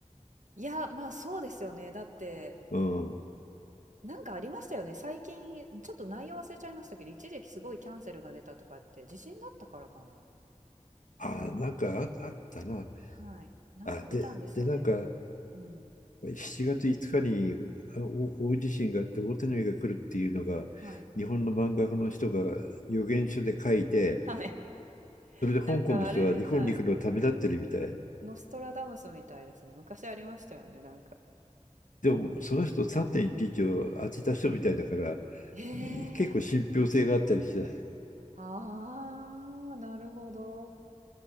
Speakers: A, on the right; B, on the left.
A: いや、まあそうですよね。だって、
B: うん。
A: なんかありましたよね。最近、ちょっと内容忘れちゃいましたけど、一時期すごいキャンセルが出たとかって、地震だったからかな。
B: あ、なんかあ、あったな。
A: はい。なんか見たんですよね。
B: あ、で、で、なんか
A: うん。
B: 7月5日にお大地震があって大手紙が来るっていうのが日本の漫画家の人が予言書で書いて
A: はい。<laughs> はい。<laughs>
B: それで香港の人は日本に行くのをためらってるみたい
A: なんかあれみたい。<laughs> ノストラダムスみたいですね。昔ありましたよね、なんか。
B: でもその人3.11を当てた人みたいだから
A: え
B: 結構信憑性があったりして
A: え <laughs> ああ、なるほど。